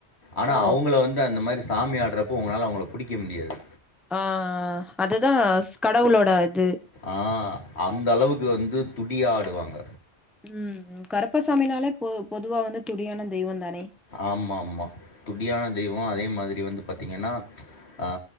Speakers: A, on the left (about 70°); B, in the centre.
A: ஆனா
B: ஓ!
A: அவுங்கள வந்து அந்த மாரி சாமி ஆடுறப்போ உங்களால அவுங்கள புடிக்க முடியாது
B: ஆ அதுதா ஸ் கடவுளோட இது
A: ஆ அந்த அளவுக்கு வந்து துடி ஆடுவாங்க
B: ம் கருப்பசாமினாலே பொ பொதுவா வந்து துடியான தெய்வந்தானே
A: ஆமா ஆமா துடியான தெய்வொ அதே மாதிரி வந்து பாத்தீங்கன்னா ஆ